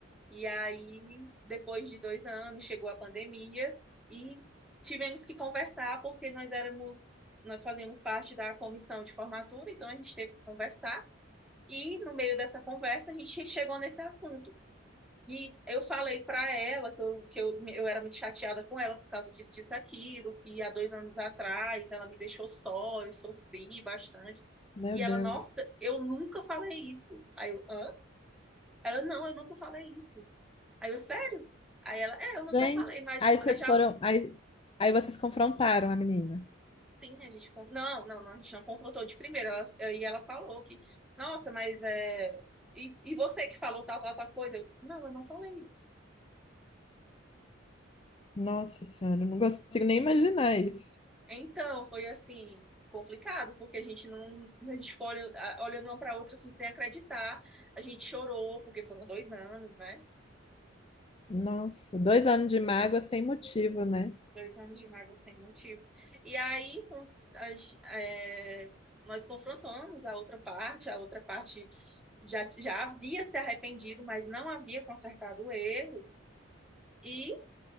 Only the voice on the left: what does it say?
Meu
Deus.
Gente,
aí
vocês
foram. Aí, aí vocês confrontaram a menina.
Nossa senhora, eu não consigo nem imaginar isso.
Nossa, dois anos de mágoa sem motivo, né?